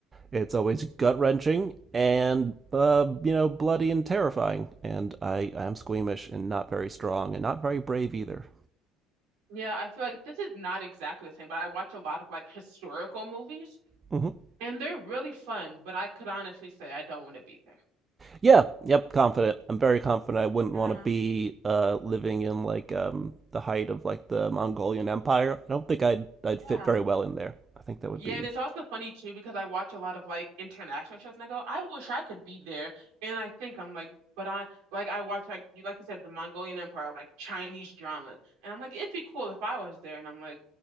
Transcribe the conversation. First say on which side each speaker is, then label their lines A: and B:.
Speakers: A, on the right; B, on the right.
A: it's always gut wrenching, and uh, you know bloody and terrifying. And I I'm squeamish and not very strong and not very brave either.
B: Yeah, I feel like this is not exactly the same, but I watch a lot of like historical movies
A: hmm
B: and they're really fun, but I could honestly say I don't want to be there.
A: Yeah, yep, confident. I'm very confident. I wouldn't
B: Uh,
A: want to be uh, living in like um, the height of like the Mongolian Empire. I don't think I'd I'd
B: yeah.
A: fit very well in there. I think that would
B: Yeah,
A: be
B: and it's also funny too because I watch a lot of like international shows and I go, I wish I could be there. And I think I'm like, but I like I watch like you like you said the Mongolian Empire, like Chinese dramas. And I'm like, it'd be cool if I was there. And I'm like,